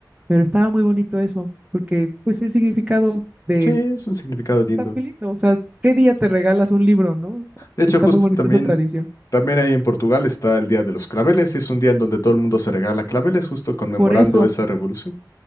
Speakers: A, on the right; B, on the left.
A: Pero estaba muy bonito eso, porque pues el significado de,
B: Sí, es un significado lindo.
A: está muy lindo, o sea, ¿qué día te regalas un libro, no?
B: De hecho,
A: Está
B: justo
A: muy bonita
B: también,
A: esa tradición.
B: también ahí en Portugal está el Día de los Claveles, y es un día en donde todo el mundo se regala claveles, justo conmemorando
A: Por eso.
B: esa revolución.